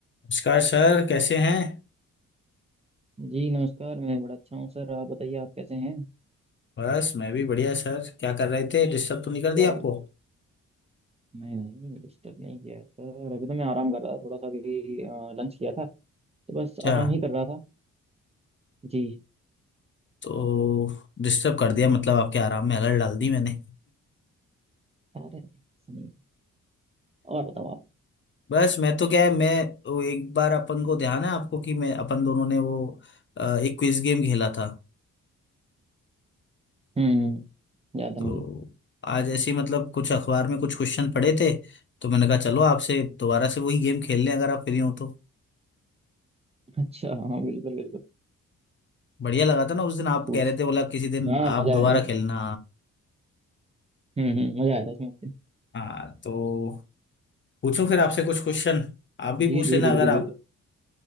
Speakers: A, on the left (about 35°); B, on the right (about 20°).
A: नमस्कार सर कैसे हैं
B: जी नमस्कार मैं बड़ा अच्छा हूँ सर आप बताइए आप कैसे हैं
A: बस मैं भी बढ़िया सर क्या कर रहे थे डिस्टर्ब तो नहीं कर दिया
B: क्या
A: आपको
B: करें मैं नहीं डिस्टर्ब नहीं किया है सर अभी तो मैं आराम कर रहा था थोड़ा सा अभी लंच किया था तो बस
A: अच्छा
B: आराम ही कर रहा था जी
A: तो डिस्टर्ब कर दिया मतलब आपके आराम में अलर्ट डाल दी मैंने
B: अरे नहीं सुनिए और बताओ आप
A: बस मैं तो क्या है मैं वो एक बार अपन को ध्यान है आपको कि मैं अपन दोनों ने वो अ, एक क्विज गेम खेला था
B: हम्म याद
A: तो
B: है मुझे
A: आज ऐसे ही मतलब कुछ अखबार में कुछ क्वेश्चन पड़े थे तो मैंने कहा चलो आपसे दोबारा से वही गेम खेल लें अगर आप फ्री हो तो
B: अच्छा हाँ बिल्कुल बिल्कुल
A: बढ़िया लगा था ना उस दिन आप
B: पूछ
A: कह रहे थे बोला किसी दिन
B: हाँ
A: आप
B: मजा आया
A: दोबारा
B: था उसमें
A: खेलना
B: हम्म हम्म मजा आया था उसमें आपके
A: हाँ तो पूछो फिर आपसे कुछ क्वेश्चन आप भी
B: जी
A: पूछ
B: जी
A: लेना
B: बिल्कुल
A: अगर आप
B: बिल्कुल